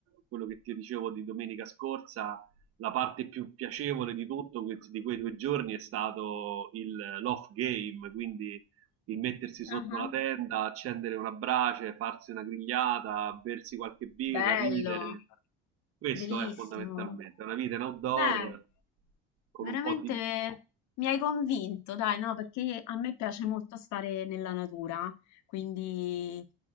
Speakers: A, on the right; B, on the left.
A: Quello che ti dicevo di domenica scorsa la parte più piacevole di tutto que- di quei due giorni è stato il- l'off game, quindi il mettersi sotto
B: Ah,
A: la tenda, accendere una brace, farsi una grigliata, bersi qualche birra,
B: Bello,
A: ridere. Questo
B: bellissimo.
A: è fondamentalmente una vita in outdoor
B: Beh.
A: con
B: Veramente
A: un po' di...
B: mi hai convinto, dai, no, perché a me piace molto stare nella natura, quindi